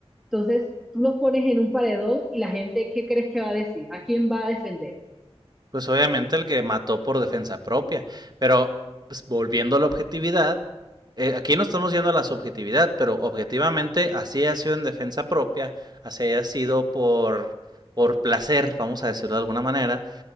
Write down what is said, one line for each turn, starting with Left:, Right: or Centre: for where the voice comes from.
Centre: Entonces, tú los pones en un paredón y la gente, ¿qué crees que va a decir? ¿A quién va a defender?
Right: Pues obviamente el que mató por defensa propia. Pero pues, volviendo a la objetividad, eh, aquí no estamos yendo a la subjetividad, pero objetivamente así ha sido en defensa propia, así ha sido por, por placer, vamos a decirlo de alguna manera,